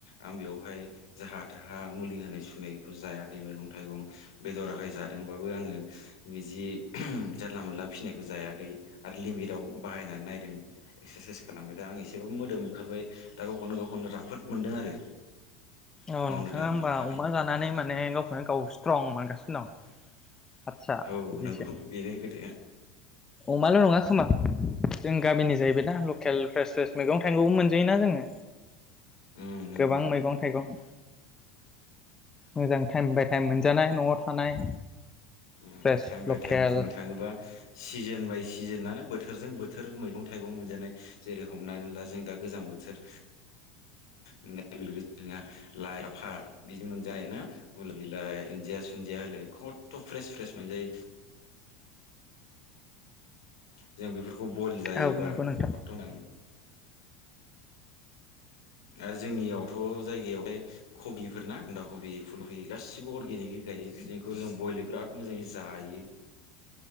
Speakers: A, on the left; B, on the left.
A: आं बेवहाय जाहा थाहा मुलि होनाय सुनायखौ जायाखै मैगं थाइगं बेदरा थाखाय जादोंबाबो आङो बिदि जानला मोनला फिसिनायखौ जायाखै आरो लिमिटआव बाहायनानै नायदों एक्सारसाइस खालामबाय दा आं एसेबाबो मोदोम ओंखारबाय दा गावखौनो गावखौनो राफोद मोनदों आरो
B: औ
A: मावनो
B: नोंथाङा
A: दांनो
B: होमबा
A: थाखाय
B: अमा जानानै माने गावखौनो गाव स्ट्रं मोनगासिनो दं आदसा
A: औ
B: बिदिसो
A: नोंगौ बेनो खोथाया।
B: अमाल' नङा खोमा जों गामिनि जाहैबाय ना लकेल फ्रेस फ्रेस मैगं थाइगंबो मोनजायोना जोङो।
A: उम नंगौ
B: गोबां मैगं थाइगं मोजां टाइम बाय टाइम मोनजानाय न'वाव थानाय
A: उम
B: फ्रेस
A: टाइम
B: लकेल
A: बाय टाइम बुंनो थाङोबा सिजोन बाय सिजोनानो बोथोरजों बोथोर मैगं थाइगं मोनजानाय जेरै हमनानै ला जों दा गोजां बोथोर <unintelligible> लाइ लाफा बिदि मोनजायो ना मुल बिलाइ दुन्दिया सुन्दिया होलाय खथथ' फ्रेस फ्रेस मोनजायो जों बेफोर खौ बयल जायोबा
B: औ नंगौ नोंथां
A: खथथ' आरो जोंनियावथ' जायगायावहाय कबिफोरना बान्दा कबि फुलकबि गासिबो अर्गेनिक गायो जोंखौ जों बयल बिराद मोजाङै जायो।